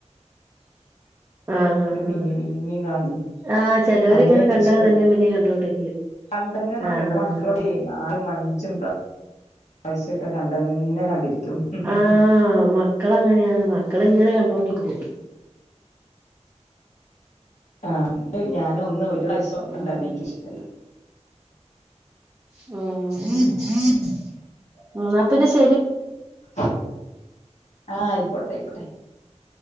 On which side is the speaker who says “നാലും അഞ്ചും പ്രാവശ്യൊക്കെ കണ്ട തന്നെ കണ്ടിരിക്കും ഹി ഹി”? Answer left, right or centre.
Left